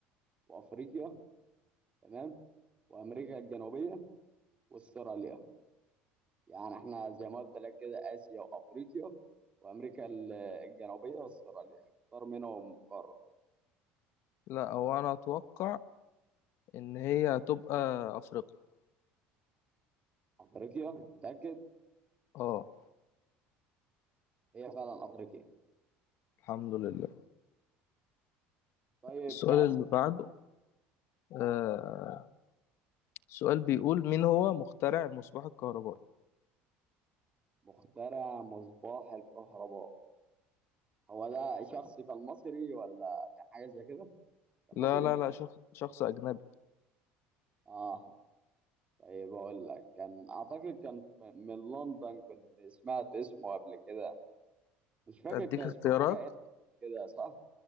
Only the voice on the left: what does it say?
لا هو أنا أتوقع إن هي هتبقى أفريقيا
اه
الحمد لله
السؤال
اللي بعده آه سؤال بيقول مين هو مخترع المصباح الكهربائي
لا
لا لا شخص شخص أجنبي
أديك
اختيارات